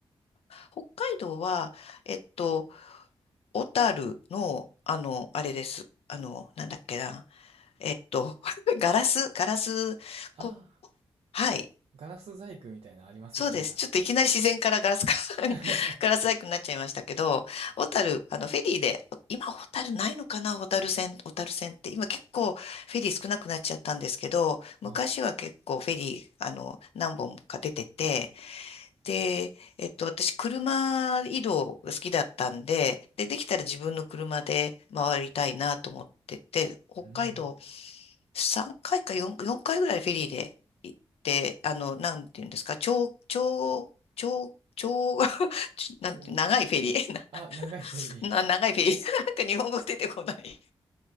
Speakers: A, on the left; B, on the right.
A: 北海道は、えっと、小樽の、あの、あれです。あの、なんだっけな。えっと、<laughs> ガラス、ガラス、
B: ああ、
A: こ、はい。
B: ガラス細工みたいなのありますよね、
A: そうです。
B: あそこ。
A: ちょっといきなり自然からガラスか
B: <laughs>
A: <laughs> ガラス細工になっちゃいましたけど、小樽、あの、フェリーで、今小樽ないのかな小樽線、小樽線って。今結構フェリー少なくなっちゃったんですけど、
B: はい。
A: 昔は結構フェリー、あの、何本か出てて、で、えっと、私、車移動が好きだったんで、で、できたら自分の車で回りたいなと思ってて、北海道
B: うん。
A: 3回か4、回ぐらいフェリーで行って、あの、なんていうんですか、長、長、長、長、<laughs> ちょなんて、
B: 超、
A: 長いフェリー、
B: あ、
A: <laughs>
B: 長いフェリー。
A: な、な長いフェリー、<laughs> なんか日本語出てこない。